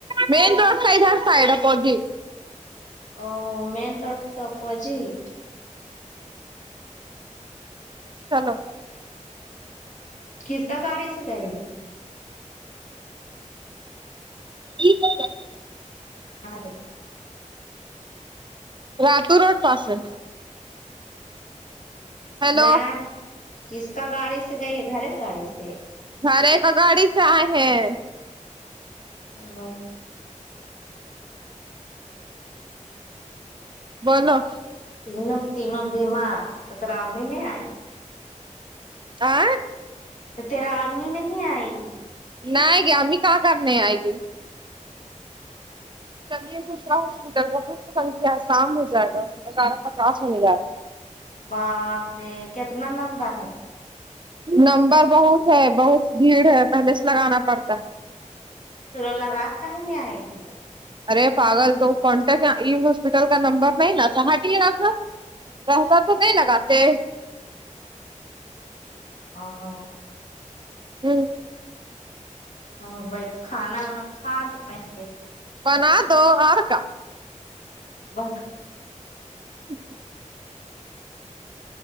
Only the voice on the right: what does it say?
مین روڈ کا ادھر سائڈ ہے پودی-
چلو-
<unintelligible>
راتو روڈ پسن- ہیلو
خر کا گاڑی سے ہے-
بولو
ہیں
نہیں گیامی کا کرنا آئے گے- چے دوسرا ہاسپٹل کو- سنکھیا شام ہو جائے گا گیارہ پچاس ہونے جا گا-
نمبر بہت ہے بہت بھیڑ ہے پہلے سے لگانا پڑتا ہے-
ارے پاگل تو کانٹیکٹ ای ہاسپٹل کا نمبر نہیں نا س ہٹ راکھا پیسہ تو نہیں لگاتے
ہوں
بنا دو اور کا
جچ